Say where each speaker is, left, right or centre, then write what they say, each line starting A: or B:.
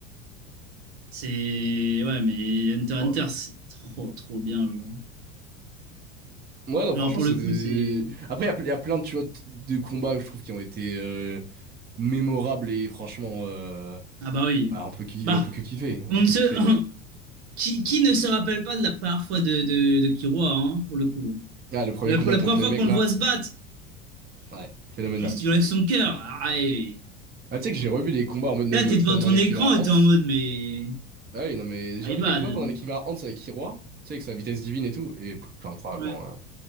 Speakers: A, on the right; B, on the right.
A: C'est... Ouais, mais Hunter x
B: Oh non.
A: Hunter, c'est trop, trop bien, genre.
B: Ouais, non,
A: Genre,
B: franchement,
A: pour
B: c'est
A: le
B: des...
A: coup, c'est...
B: Après, il y, a ple- y a plein de, tu vois, t- de combats que je trouve qui ont été euh, mémorables et franchement, euh,
A: Ah bah oui.
B: bah, on peut, ki-
A: Bah,
B: on peut que kiffer. On
A: on
B: peut
A: ne
B: que
A: se...
B: kiffer.
A: <laughs> qui, qui ne se rappelle pas de la première fois de, de, de Kiroa, hein, pour le coup?
B: Ah, le premier
A: La,
B: combat
A: pour la
B: contre
A: première
B: le
A: fois
B: mec,
A: qu'on le
B: là.
A: voit se battre,
B: Ouais. Phénoménal.
A: juste, il enlève son cœur. Ah, et-
B: Ah, tu sais que j'ai revu des combats en mode même
A: Là, t'es
B: euh,
A: devant
B: pendant
A: ton
B: les
A: écran
B: Kimura
A: et
B: Ants.
A: t'es en mode, mais...
B: Ah oui, non, mais
A: My
B: j'ai revu
A: bad.
B: des combats pendant les Kimura Ants avec Hiroa. Tu sais, avec sa vitesse divine et tout. Et pff, c'est incroyable.
A: Ouais.
B: hein.